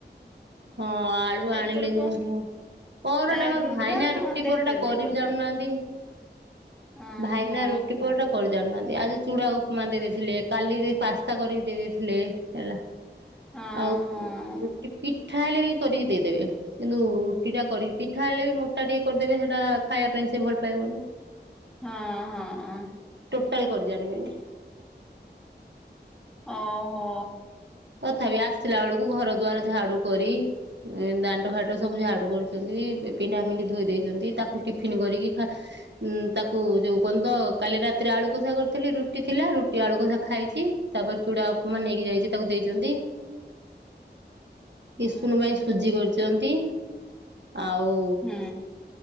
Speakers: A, on the right; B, in the centre.
A: ହଁ ଆଳୁ ଆଣିିଲେ
B: ତୋର ପ
A: ଯାଇଁକି ହବ। ପରଟା
B: ନାଇଟ୍
A: ବା
B: ଡ୍ୟୁଟି
A: ଭାଇନା
B: ତୁ
A: ରୁଟି
B: କଣ ଦେଇପାରିବୁ
A: ପରଟା କରିବି
B: କରିକି
A: ଜାଣୁ ନାହାଁନ୍ତି।
B: ହଁ
A: ଭାଇନା
B: ହଁ
A: ରୁଟି ପରଟା କରି ଜାଣୁନାହାନ୍ତି ଆଜି ଚୁଡା ଉପମା ଦେଇଦେଇଥିଲେ କାଲିବି ପାସ୍ତା କରିକି ଦେଇ ଦେଇଇଥିଲେ ହେଲା।
B: ହଁ
A: ଆଉ
B: ହଁ
A: ରୁଟି ପି ପିଠା ହେଲେ ବି କରିକି ଦେଇଦେବେ କିନ୍ତୁ ରୁଟି ଟା କରିକି ପିଠା ହେଲେ ବି ମୋଟା ଟିକେ କରିଦେବେ ହେଟା ଖାଇବା ପାଇଁ ସେ ଭଲ ପାଇବନି।
B: ହଁ ହଁ।
A: ଟୋଟାଲ୍ କରି ଜାଣିବେନି।
B: ଅହୋ।
A: ତଥାପି ଆସିଲା ବେଳକୁ ଘର ଦ୍ୱାର ଝାଡୁ କରି ଦାଣ୍ଡଘାଟ ସବୁ ଝାଡୁ କରୁଛନ୍ତି। ପିଣ୍ଡା ଫିଣ୍ଡି ଧୋଇ ଦେଇଛନ୍ତି ତାକୁ ଟିଫିନି କରିକି ତାକୁ ଯୋଉ କଣ ତ କାଲି ରାତିରେ ଯେ ଆଳୁ କଷା କରିଥିଲି ରୁଟି ଥିଲା ରୁଟି ଆଳୁ କଷା ଖାଇକି ତାପରେ ଚୁଡା ଉପମା ନେଇକି ଯାଇଛି ତାକୁ ଦେଇଛନ୍ତି
B: ହୁଁ
A: କିସୁନୁ ପାଇଁ ସୁଜି କରି ଛନ୍ତି ଆଉ
B: ହୁଁ